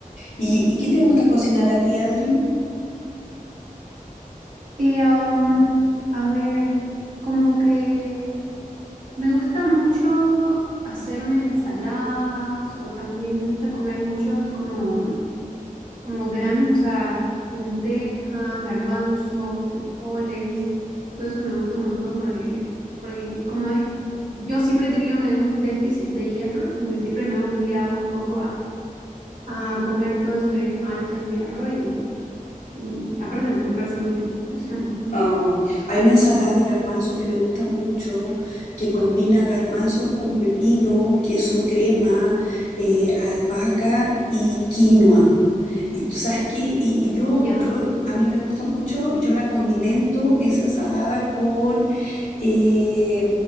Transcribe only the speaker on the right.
Y um, a ver, como que me gusta mucho hacerme ensaladas o también me gusta comer muchos como, como granos, o sea, lentejas, garbanzos, frijoles, todo eso me gusta un montón porque, porque como es, yo siempre he tenido medio un déficit de hierro, como que siempre me he obligado un poco a a comer todo eso que es alto en hierro y, y aparte me parece muy rico. <laughs>
Ya.